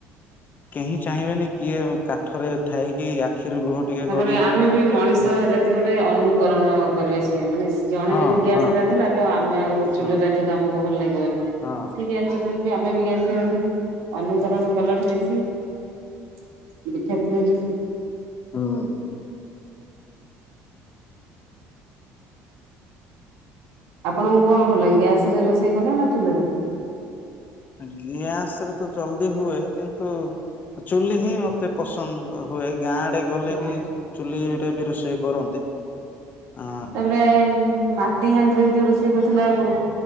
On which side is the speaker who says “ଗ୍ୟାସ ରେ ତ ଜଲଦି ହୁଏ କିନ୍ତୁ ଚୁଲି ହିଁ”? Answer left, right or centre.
Left